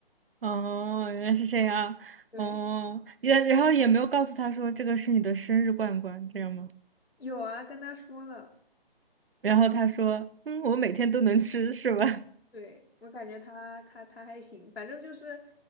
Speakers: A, on the right; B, on the left.
A: 哦，原来是这样。
B: 对，
A: 哦，也然后也没有告诉他说这个是你的生日罐罐，这样吗？
B: 有啊，跟她说了。
A: 然后他说：“嗯，我每天都能吃，是吧？”
B: 对，我感觉她她她还行，反正就是